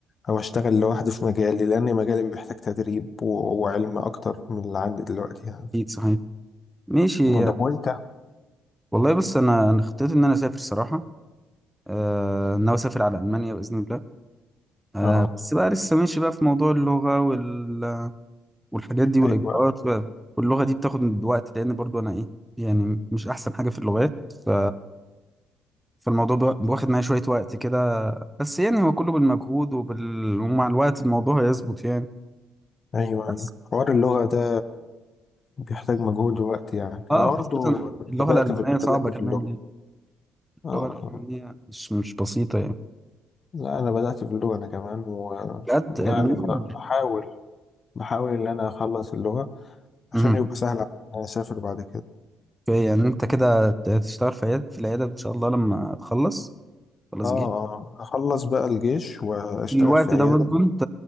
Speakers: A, on the left; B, in the centre.
A: أو أشتغل لوحدي في مجالي لأن مجالي محتاج تدريب و- وعلم أكتر من اللي عندي دلوقتي يعني
B: اكيد صحيح ماشي يعني
A: ده وأنت؟
B: والله بص انا أنا خطيت ان انا اسافر صراحة آه، ناوي اسافر على المانيا باذن الله آه،
A: أه
B: بس بقى لسه ماشي بقى في موضوع اللغة وال والحاجات دي والاجراءات
A: أيوه
B: ف- واللغه دي بتاخد من وقت لان برضو انا ايه يعني مش احسن حاجه في اللغات ف فالموضوع بوا- واخد معايا شويه وقت كده بس يعني هو كله بالمجهود وبال... ومع الوقت الموضوع هيظبط يعني
A: أيوه
B: بس
A: أيوه حوار اللغة ده بيحتاج مجهود ووقت يعني
B: اه
A: أنا برضه
B: خاصه
A: بدأت
B: اللغه الالمانيه
A: في
B: صعبه
A: بدأت
B: كمان
A: في اللغة
B: يعني
A: أه
B: اللغه الالمانيه
A: أه
B: مش مش بسيطه يعني
A: لا أنا بدأت في اللغة أنا كمان
B: بجد
A: ويعني
B: المهم
A: بحاول بحاول إن أنا أخلص اللغة عشان
B: مهم.
A: يبقى سهل عليا إن أنا أسافر بعد كده
B: في- يعني انت كده ت- تشتغل في عيادة في العياده ان شاء الله لما تخلص خلاص
A: اه
B: جيت
A: اه اخلص بقى الجيش واشتغل
B: الوقت
A: في عيادة
B: ده برضو انت